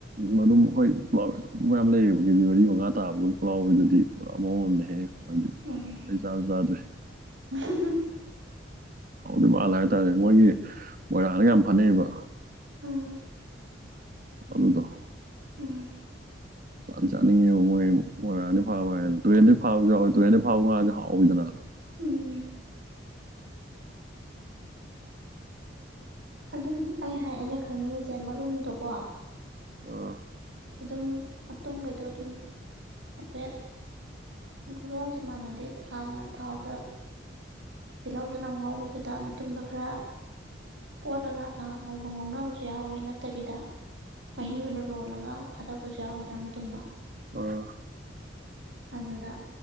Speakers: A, on the right (about 45°); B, on the right (about 75°).
A: ꯎ ꯑꯗꯨꯝ ꯍꯣꯏ <unintelligible> ꯃꯌꯥꯝ ꯂꯩꯌꯦꯕ ꯀꯦꯖꯤ ꯃꯔꯤ ꯃꯉꯥ ꯇꯥꯕ ꯑꯗꯨꯝ ꯄꯨꯛꯂꯥꯎꯕꯤꯗꯗꯤ ꯄꯨꯔꯥ ꯃꯑꯣꯡ ꯑꯝꯅꯤꯍꯦ ꯃꯗꯤ
B: ꯎꯝ
A: ꯑꯩ ꯆꯥꯖꯨ ꯆꯥꯗꯦ
B: <unintelligible>
A: ꯍꯥꯎꯗꯧ ꯃꯥꯜꯂꯦ ꯍꯥꯏꯇꯥꯥꯔꯦ ꯃꯣꯏꯒꯤ ꯃꯣꯏꯔꯥꯡꯗꯒ ꯌꯥꯝ ꯐꯅꯩꯕ
B: <unintelligible>
A: ꯑꯗꯨꯗꫭ
B: ꯎꯝ
A: ꯆꯥꯗꯤ ꯆꯥꯅꯤꯡꯉꯦꯕ ꯃꯣꯏ ꯃꯣꯏꯔꯥꯡꯗꯩ ꯐꯥꯕ ꯍꯥꯏꯅ ꯇꯨꯔꯦꯟꯗꯩ ꯐꯕꯖꯨ ꯌꯥꯎꯋꯦ ꯇꯨꯔꯦꯜꯗ ꯐꯥꯕ ꯉꯥꯖꯦ ꯍꯥꯎꯋꯤꯗꯅ
B: ꯎꯝ ꯑꯗꯨꯝ ꯑꯩ ꯍꯥꯏ ꯑꯩꯅ ꯈꯪꯅꯤꯡꯉꯤꯖꯦ ꯃꯔꯨꯝꯗꯣꯀꯣ
A: ꯑꯥ
B: ꯑꯗꯨꯝ ꯃꯇꯨꯝꯒꯩꯗꯣ ꯑꯗꯨꯝ ꯍꯥꯏꯐꯦꯠ <unintelligible> ꯃꯥꯟꯅꯗꯦ ꯍꯥꯟꯅ ꯊꯥꯎꯇ ꯇꯤꯜꯍꯧ ꯆꯅꯝ ꯉꯧꯕꯗꯨꯗ ꯃꯇꯨꯝꯗꯣ ꯈꯔ ꯑꯣꯠꯂꯒ ꯉꯍꯥꯛ ꯉꯧ ꯉꯧꯅꯕꯖꯨ ꯌꯥꯍꯧꯋꯤ ꯅꯠꯇꯕꯤꯗ ꯃꯍꯤ ꯑꯣꯏꯅ ꯂꯣꯜꯂꯒ ꯊꯥꯗꯕꯖꯨ ꯌꯥꯎꯏꯗꯅ ꯃꯇꯨꯝꯗꫭ
A: ꯑ
B: ꯑꯗꯨꯗ